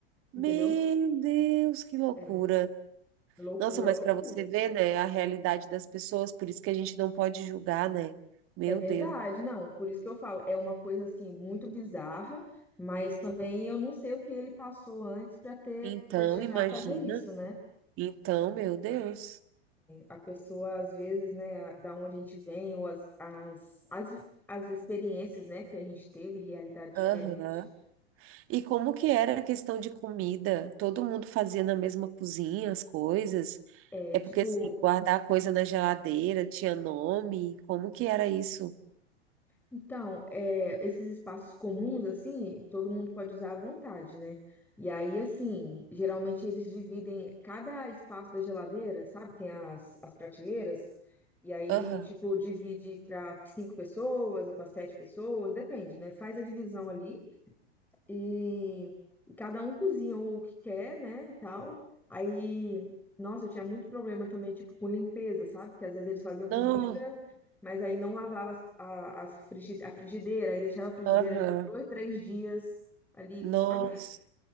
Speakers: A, on the right; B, in the centre.
A: Meu
B: entendeu?
A: Deus, que loucura.
B: É, loucura,
A: Nossa, mas
B: loucura.
A: para você ver, né, a realidade das pessoas, por isso que a gente não pode julgar, né? Meu
B: É verdade,
A: Deus.
B: não. Por isso que eu falo, é uma coisa assim muito bizarra, mas também eu não sei o que ele passou antes para ter,
A: Então,
B: para chegar
A: imagina.
B: a fazer isso, né?
A: Então, meu Deus.
B: A pessoa às vezes, né, a- da onde a gente vem ou as, as, as, as experiências, né, que a gente teve, realidade diferente.
A: Aham. E como que era a questão de comida? Todo mundo fazia na mesma cozinha as coisas?
B: É,
A: É
B: tipo,
A: porque, assim, guardar coisa na geladeira tinha nome? Como que era isso?
B: Então, é, esses espaços comuns, assim, todo mundo pode usar à vontade, né? E aí, assim, geralmente eles dividem cada espaço da geladeira, sabe? Tem as, as prateleiras, e aí,
A: Aham.
B: tipo, divide para cinco pessoas ou para sete pessoas, depende, né? Faz a divisão ali. E, e cada um cozinha o que quer, né, e tal. Aí, nossa, eu tinha muito problema também, tipo, com limpeza, sabe? Porque às vezes eles faziam comida,
A: Não.
B: mas aí não lavava as- a, as frigi- a frigideira, aí deixava a frigideira
A: Aham.
B: ali uns dois, três dias ali,
A: Nossa,
B: sabe?